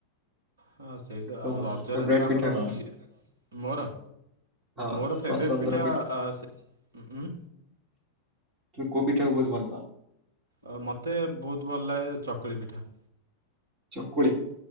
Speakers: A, on the right; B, on the right.
A: ହଁ ସେଇ ତ
B: ତମ
A: ଆଉ ରଜରେ
B: ଫେବରାଇଟ
A: ତ ଆମରଝିଅ
B: ପିଠା କଣ?
A: ମୋର
B: ହଁ
A: ମୋର ଫେବରେଟ୍
B: ପସନ୍ଦର
A: ପିଠା ଅ ସେ ଉଁ।
B: କି କୋଉ ପିଠା କୁ ବହୁତ ଭଲ ପାଅ?
A: ଅ ମତେ ବହୁତ ଭଲ ଲାଗେ ଚକୁଳି ପିଠା।
B: ଚକୁଳି।